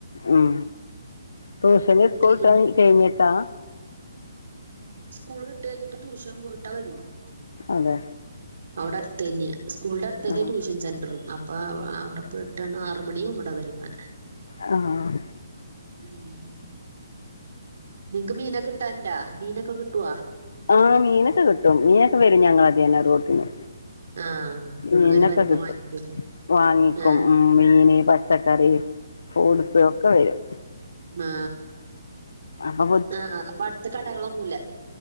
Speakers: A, on the left; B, on the right.
A: ഉം ട്യൂഷന്
B: വിട്ട്
A: സ്കൂള്
B: കഴിഞ്ഞ്
A: ട്ട് കഴിഞ്ഞിട്ടാ?
B: സ്കൂള് വിട്ട് കഴിഞ്ഞിട്ട് ട്യൂഷൻ പോയിട്ടേ വരുളൂ
A: അതെ
B: അവിടെ അടുത്ത് തന്നെ ആ സ്കൂളിന്റടുത്തന്നെയാ
A: ആഹ്
B: ട്യൂഷൻ സെന്ററും അപ് അപ്പാ അ അവിടെ പോയിട്ടാണ് ആറുമണിയാകും ഇവിടെ വരന്നെ.
A: ആഹ്
B: ഉം നിങ്ങക്ക് മീൻ കിട്ടാറുണ്ടോ മീനൊക്കെ കിട്ടോ
A: ആ മീനൊക്കെ കിട്ടും മീനൊക്കെ വരും ഞങ്ങളെ ഇതിലെ റോട്ടിന്
B: ആഹ്
A: മീനൊക്കെ
B: അങ്ങനെ വരുമ്പോ
A: കിട്ടും
B: വാങ്ങിക്കുവല്ലേ
A: വാങ്ങിക്കും
B: ആഹ്
A: മീൻ പച്ചക്കറി ഫ്രൂട്ട്സ് ഒക്കെ വരും
B: ആ
A: അപ്പൊ
B: ആ അപ്പൊ അടുത്ത് കടകൾ ഒന്നും ഇല്ല